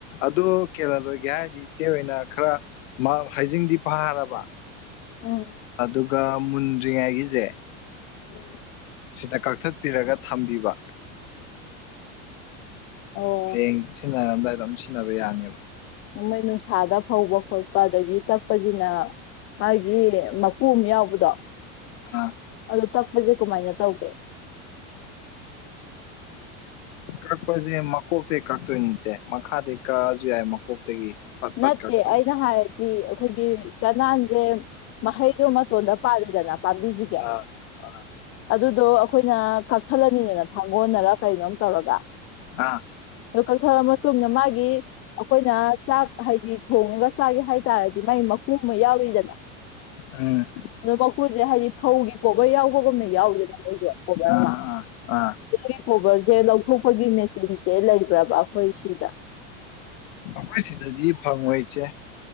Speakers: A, on the left (about 80°); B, on the left (about 35°).
A: ꯑꯗꯨ ꯀꯦꯔꯜ ꯂꯣꯏꯒꯦ ꯍꯥꯏꯔꯗꯤ ꯏꯆꯦ ꯑꯣꯏꯅ ꯈꯔ ꯃꯥ ꯍꯩꯖꯤꯡꯗꯤ ꯐꯥꯔꯕ
B: ꯎꯝ
A: ꯑꯗꯨꯒ ꯃꯨꯟꯗ꯭ꯔꯤꯉꯥꯏꯒꯤꯁꯦ
B: ꯎꯝ
A: ꯁꯤꯗ ꯀꯛꯊꯠꯄꯤꯔꯒ ꯊꯝꯕꯤꯕ
B: ꯑꯣ
A: ꯍꯌꯦꯡ ꯁꯤꯟꯅꯔꯝꯗꯥꯏ ꯑꯗꯨꯝ ꯁꯤꯖꯤꯟꯅꯕ ꯌꯥꯅꯦꯕ
B: ꯅꯣꯡꯃꯩ ꯅꯨꯡꯁꯥꯗ ꯐꯧꯕ ꯈꯣꯠꯄ ꯑꯗꯒꯤ ꯇꯛꯄꯁꯤꯅ ꯃꯥꯗꯤ ꯃꯀꯨ ꯑꯃ ꯌꯥꯎꯕꯗꯣ
A: ꯑ
B: ꯑꯗꯣ ꯇꯛꯄꯁꯦ ꯀꯃꯥꯏꯅ ꯇꯧꯒꯦ
A: ꯀꯛꯄꯁꯦ ꯃꯀꯣꯛꯇ ꯀꯛꯇꯣꯏꯅꯤ ꯏꯆꯦ ꯃꯈꯥꯗ ꯀꯛꯑꯁꯨ ꯌꯥꯏ ꯃꯀꯣꯛꯇꯒꯤ ꯄꯠ ꯄꯠ
B: ꯅꯠꯇꯦ
A: ꯀꯛꯊꯠꯂꯣ
B: ꯑꯩꯅ ꯍꯥꯏꯔꯗꯤ ꯑꯩꯈꯣꯏꯒꯤ ꯆꯅꯥꯟꯁꯦ ꯃꯍꯩꯗꯣ ꯃꯇꯣꯟꯗ ꯄꯥꯜꯂꯤꯗꯅ ꯄꯥꯝꯕꯤꯁꯤꯒꯦ
A: ꯑꯥ ꯑꯥ
B: ꯑꯗꯨꯗꯣ ꯑꯩꯈꯣꯏꯅ ꯀꯛꯊꯠꯂꯅꯤꯗꯅ ꯊꯥꯡꯒꯣꯟꯜꯅꯔ ꯀꯩꯅꯣꯝ ꯇꯧꯔꯒ
A: ꯑꯥ
B: ꯑꯗꯨ ꯀꯛꯊꯔ ꯃꯇꯨꯡꯗ ꯃꯥꯒꯤ ꯑꯩꯈꯣꯏꯅ ꯆꯥꯛ ꯍꯥꯏꯗꯤ ꯊꯣꯡꯉꯒ ꯆꯥꯒꯦ ꯍꯥꯏꯇꯥꯔꯗꯤ ꯃꯥꯒꯤ ꯃꯀꯨ ꯑꯃ ꯌꯥꯎꯔꯤꯗꯅ
A: ꯎꯝ
B: ꯑꯣ ꯃꯀꯨꯜꯁꯦ ꯍꯥꯏꯗꯤ ꯐꯧꯒꯤ ꯀꯣꯕꯔ ꯌꯥꯎꯕꯒꯨꯝꯅ ꯌꯥꯎꯔꯤꯗꯅ ꯅꯣꯏꯁꯨ ꯀꯣꯕꯔ
A: ꯑꯥ
B: ꯑꯃ
A: ꯑꯥ ꯑꯥ
B: ꯑꯗꯨꯒꯤ ꯀꯣꯕꯔꯁꯦ ꯂꯧꯊꯣꯛꯄꯒꯤ ꯃꯦꯆꯤꯟꯁꯦ ꯂꯩꯕ꯭ꯔꯕ ꯑꯩꯈꯣꯏ ꯁꯤꯗ
A: ꯑꯩꯈꯣꯏ ꯁꯤꯗꯗꯤ ꯐꯪꯉꯣꯏꯁꯦ